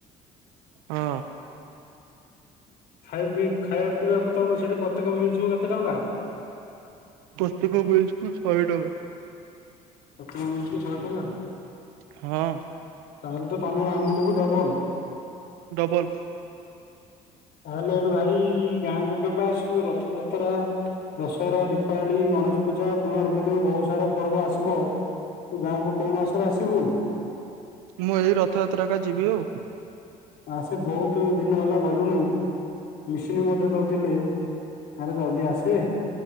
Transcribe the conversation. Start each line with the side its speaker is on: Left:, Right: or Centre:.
Right: ହଁ।
Left: ଖାଇପିଇ ଖାଇବା ପିଇବାକୁ ତମ ସେଠି ପ୍ରତ୍ୟେକ ମିଲ୍ ସବୁ କେତେ ଟଙ୍କା।
Right: ପ୍ରତେକ ମିଲକୁ ଶହେ ଟଙ୍କା।
Left: ପ୍ରତେକ ମିଲକୁ ଶହେ ଟଙ୍କା।
Right: ହଁ।
Left: ତାହେଲେ ତମର ଆମୁଠୁ ବି ଡବଲ।
Right: ଡବଲ।
Left: ତାହେଲେ ଏବେ ଭାଇ ଗାଁକୁ କେବେ ଆସିବୁ ରଥଯାତ୍ରା ଦଶହରା ଦୀପାବଳି ଗଣେଶ ପୂଜା କୁମାରପୂର୍ଣ୍ଣିମା ବହୁତ ସାରା ପର୍ବ ଆସିବ। ତୁ ଗାଁକୁ କେଉଁ ମାସରେ ଆସିବୁ।
Right: ମୁଁ ଏଇ ରଥଯାତ୍ରା କା ଯିବି ଆଉ।
Left: ଆ ସେ ବହୁତୁ ଦିନ ହେଲା ଗଲୁଣୁ ମିସିନି ମଧ୍ୟ ଦଉଥିଲେ। ଆରେ ଜଲ୍ଦି ଆସେ।